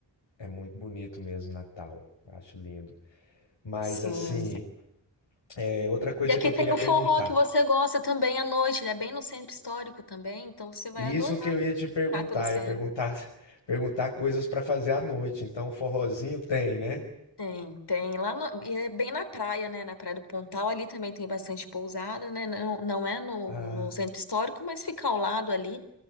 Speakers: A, on the left; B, on the left.
A: é muito bonito mesmo Natal. Acho lindo. Mas
B: Sim.
A: assim, é outra coisa
B: E aqui
A: que eu
B: tem
A: queria
B: o
A: perguntar.
B: forró que você gosta também à noite, ele é bem no centro histórico também, então você vai
A: E
B: adorar
A: Isso que eu ia te perguntar,
B: ficar pelo centro.
A: ia perguntar, <laughs> perguntar coisas pra fazer à noite. Então, forrozinho tem, né?
B: Tem, tem. Lá no- e é bem na praia, né? Na Praia do Pontal, ali também tem bastante pousada, né? Não, não é no,
A: Ah,
B: no centro histórico, mas fica ao lado ali